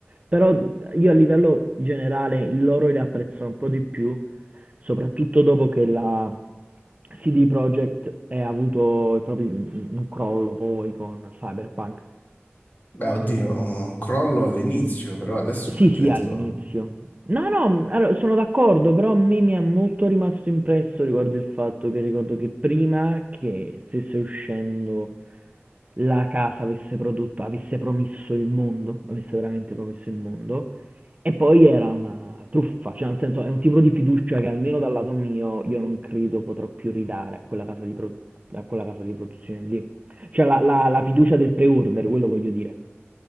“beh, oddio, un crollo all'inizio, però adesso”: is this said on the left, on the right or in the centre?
Left